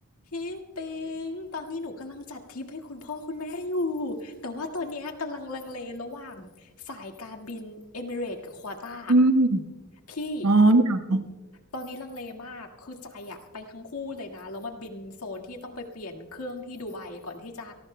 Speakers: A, on the left; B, on the right.
A: พี่ปิงตอนนี้หนูกำลังจัดทริปให้คุณพ่อคุณแม่อยู่แต่ว่าตอนเนี้ยกำลังลังเลระหว่างสายการบินเอมิเรตกับควอต้า
B: อืม
A: พี่
B: อ๋อเหรอ
A: ตอนนี้ลังเลมากคือใจอะไปทั้งคู่เลยนะแล้วมันบินโซนที่ต้องไปเปลี่ยนเครื่องที่ดูไบก่อนที่จะ